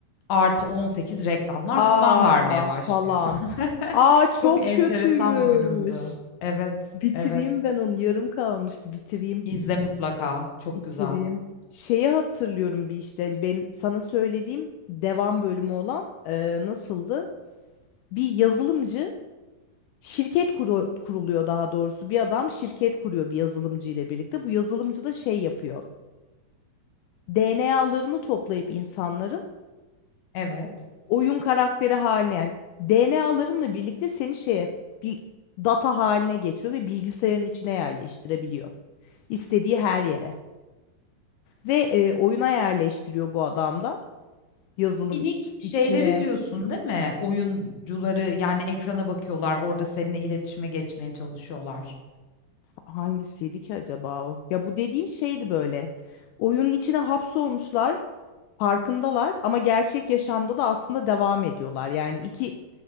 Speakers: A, on the left (about 60°); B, on the left (about 80°).
A: Artı 18 reklamlar
B: aa
A: falan vermeye başlıyor.
B: falan.
A: <laughs>
B: Aa çok
A: Çok enteresan
B: kötüymüş.
A: bölümdü. Evet,
B: Bitireyim
A: evet.
B: ben onu. Yarım kalmıştı. Bitireyim.
A: İzle mutlaka. Çok
B: Bitireyim.
A: güzel.
B: Şeyi hatırlıyorum bir işte. hani Benim sana söylediğim devam bölümü olan e, nasıldı? Bir yazılımcı şirket kuru- kuruluyor daha doğrusu. Bir adam şirket kuruyor bir yazılımcı ile birlikte. Bu yazılımcı da şey yapıyor. DNA'larını toplayıp insanların
A: Evet.
B: oyun karakteri haline yani DNA'larınla birlikte seni şeye bir data haline getiriyor ve bilgisayarın içine yerleştirebiliyor. İstediği her yere. Ve e, oyuna yerleştiriyor bu adam da yazılım
A: Minik şeyleri
B: içine
A: diyorsun, değil mi? Oyuncuları yani ekrana bakıyorlar, orada seninle iletişime geçmeye çalışıyorlar.
B: hangisiydi ki acaba o? Ya bu dediğim şeydi böyle. Oyunun içine hapsolmuşlar, farkındalar ama gerçek yaşamda da aslında devam ediyorlar. Yani iki